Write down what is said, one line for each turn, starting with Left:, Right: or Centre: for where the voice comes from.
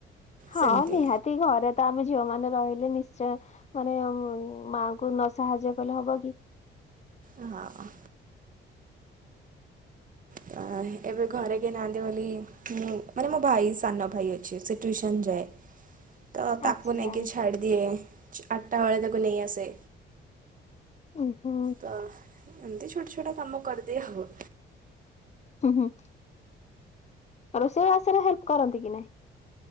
Left: ହଁ
Right: ସେମିତି
Left: ନିହାତି ଘରେ ତ ଆମେ ଝିଅ ମାନେ ରହିଲେ ନିଶ୍ଚୟ ମାନେ ମାଙ୍କୁ ନ ସାହାଯ୍ୟ କଲେ ହବ କି
Right: ଏ ହଁ ତ ଏବେ ଘରେ କେହି ନାହାନ୍ତି ବୋଲି ମୁଁ ମାନେ ମୋ ଭାଇ ସାନ ଭାଇ ଅଛି ସେ ଟ୍ୟୁସନ୍ ଯାଏ। <inaudible> ତ ତାକୁ
Left: ଆଚ୍ଛା।
Right: ନେଇକି ଛାଡିଦିଏ ଛୁ ଆଠଟା ବେଳେ ତାକୁ ନେଇ ଆସେ।
Left: ଉଁ ହୁଁ।
Right: ତ ଏମିତି ଛୋଟ ଛୋଟ କାମ କରିଦିଏ ଆଉ।
Left: ହୁଁ ହୁଁ ଆ ରୋଷେଇ ଆଷ ରେ ହେଲ୍ପ କରନ୍ତି କି ନାଇଁ?